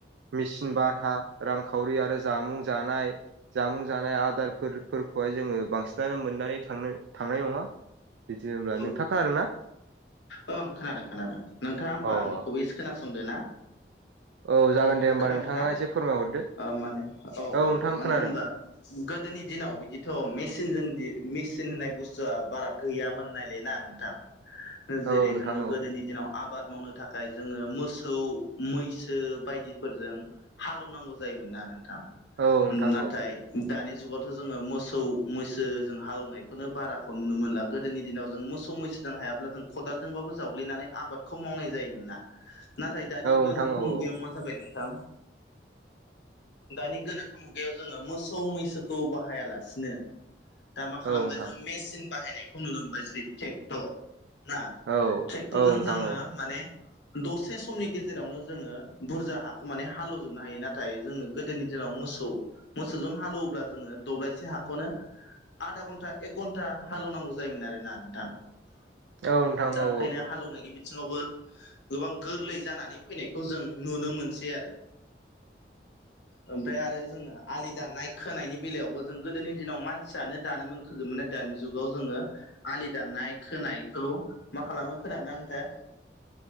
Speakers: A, on the right; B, on the left.
A: मेचिन भारहा रांखावरि आरो जामुं जानाय जामुं जानाय आदारफोर फोरखौहाय जोङो बांसिनानो मोननानै थांनो थांनाय नङा बिदि होनब्ला
B: औ
A: नोंथाङा खोनादोंना
B: औ ओं खोनादों खोनादों नोंथाङा होमबा
A: अ
B: आंनिखौबो खोनासंदो ना
A: औ जागोन दे होमबा
B: खोनादोंना
A: नोंथाङा एसे फोरमायहरदो
B: अ माने औ औ
A: नोंथां
B: मानो
A: खोनादों
B: होनबा गोदोनि दिनाव बिदिथ' मेसिनजों मेसिन होननाय बुस्थुआ बारा गैया मोननायल ना नोंथां जेरै
A: औ नोंथां
B: जोङो
A: औ
B: गोदोनि दिनाव आबाद मावनो थाखाय जोङो मोसौ मैसो बायदिफोरजों हालौवनांगौ जायोमोन ना नोंथां
A: औ नोंथां
B: नाथाय
A: औ
B: दानि जुगावथ' जोङो मोसौ मैसो जों हालौवनायखौनो बाराखौ नुनो मोनला गोद गोदोनि दिनाव जों मोसौ मैसोजों हायाब्ला जों खदालजोंबाबो जावग्लिनानै आबादखौ मावनाय जायोमोन ना। नाथाय दानि
A: औ नोंथां
B: गोनोखो
A: औ
B: मुगायाव मा जाबाय नोंथां दानि गोनोखो मुगायाव जोङो मोसौ मैसोखौ बाहायालासिनो दा मा खालामबाय
A: औ नोंथां
B: जों मेसिन बाहायनायखौ नुनो मोनबाय जेरै ट्रेक्टर ना
A: औ
B: ट्रेक्टरजों
A: औ नोंथां
B: जोङो
A: औ
B: माने दसे समनि गेजेरावनो जोङो बुरजा हाखौ माने हालेवजोबनो हायो नाथाय जोङो गोदोनि दिनाव मोसौ मोसौजों हालेवोब्ला जोङो दब्लायसे हाखौनो आधा घन्टा एक घन्टा हालौनांगौ ज जायोमोन आरोना नोंथां
A: औ नोंथां
B: दा
A: औ
B: ओंखायनो हालौवनायनि बिथिङावबो गोबां गोरलै जानानै फैनायखौ जों नुनो मोनसै आरो
A: <inaudible>
B: ओमफ्राय आरो जोङो आलि दाननाय खोनायनि बेलायावबो जों गोदोनि दिनाव मानसियानो दानोन खोयोमोनना दानि जुगाव जोङो आलि दाननाय खोनायखौ मा खालामो खोनादोंना‌ नोंथां?